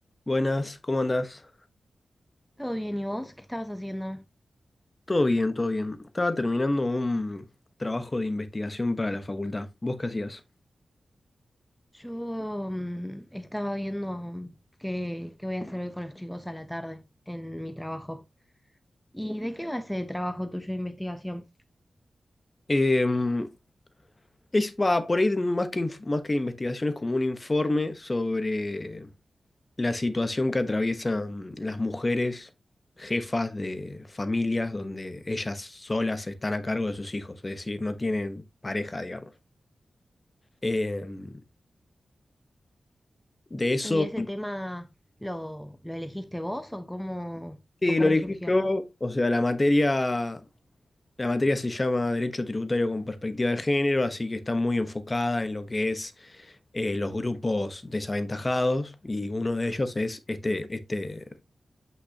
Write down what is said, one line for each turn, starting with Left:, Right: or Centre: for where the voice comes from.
Left: Buenas, ¿cómo andás?
Centre: Todo bien, ¿y vos? ¿Qué estabas haciendo?
Left: Todo bien, todo bien. Estaba terminando un trabajo de investigación para la facultad. ¿Vos qué hacías?
Centre: Yo mm, estaba viendo qué, qué voy a hacer hoy con los chicos a la tarde en mi trabajo. ¿Y de qué va ese trabajo tuyo de investigación?
Left: Em, es va, por ahí más que, inf- más que investigación es como un informe sobre la situación que atraviesan las mujeres jefas de familias donde ellas solas están a cargo de sus hijos, es decir, no tienen pareja, digamos. Em, de eso.
Centre: ¿Y ese tema lo, lo elegiste vos o cómo,
Left: Sí,
Centre: o cómo
Left: lo elegí
Centre: surgió?
Left: yo. O sea, la materia, la materia se llama Derecho Tributario con Perspectiva de Género, así que está muy enfocada en lo que es eh, los grupos desaventajados y uno de ellos es este, este,